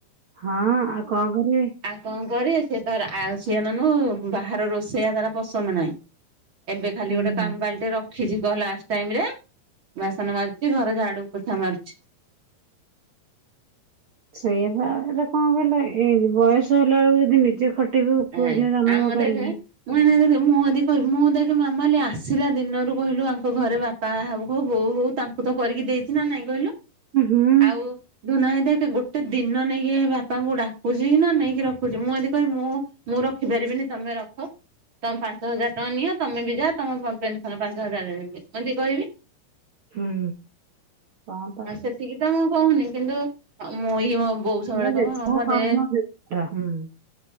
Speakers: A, on the right; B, on the right.
A: ହଁ ଆଉ କଣ କରିବେ?
B: ଆଉ କଣ କର ସେ ତାର ଆଳ ସିଅନନୁ ବାହହାର ରୋଷେଇଆ ତାର ପସନ୍ଦ ନାହିଁ। ଏବେ ଖାଲି
A: ହୁଁ।
B: ଗୋଟେ କମ୍ ଟେ ରଖ ଖିଛି କହ ଲାଷ୍ଟ ଟାଇମ ରେ ବାସନ ମାରୁଚି ଘର ଝାଡୁ ପୋଛା ମାରୁଚି।
A: ସେଇ ବା ଏରା କଣ କହିଲ ଏ ବୟସ ହେଲା ବେଳକୁ ଯଦି ନିଜେ ଖ ଖଟିବ ପୁଅ
B: ଆଜ୍ଞା
A: ଝିଅ ଜନମ
B: ଆମ
A: କରିକି।
B: ଦେଖେ ମୁଁ ମୁଁ ଯଦି କହିବି ମୁଁ ଦେଖି ମାମା ଆସିଲା ଦିନରୁ କହିଲୁ ୟାଙ୍କ ଘରେ ବାପା ବାହା ହବୁ କ ବୋଉ ହୋଉ ତାଙ୍କୁ ତ କରିକି ଦେଇଚି ନା ନାଇଁ କହିଲୁ
A: ହୁଁ
B: ଆଉ। ଦୁ ନାଇ ଦେଖ ଗୋଟେ ଦିନ ନେଇକି ବାପାଙ୍କୁ ଡାକୁଚି ନା ନେଇକି ରଖୁଚି ମୁଁ ଏ ଯଦି କହିବି ମୁଁ ମୁଁ ରଖିପାରିବିନି ତମେ ରଖ। ତମ ପାଞ୍ଚ ହଜାର ଟଙ୍କା ନିଅ ତମେ ବି ଯାଅ ତମ ପେନସନ ପାଞ୍ଚ ହଜାର <unintelligible>
A: ହୁଁ କ ପା
B: ସେତିକି ତ ମୁଁ କୋହୁନି କିନ୍ତୁ ମୁଁ ଇ ବୋଉ ସ
A: ହେରା
B: ବଳେ
A: ଜେଜେଙ୍କ
B: କହିବ ହଁ ମ
A: କର୍ମ
B: ଦେ
A: ହୁଁ।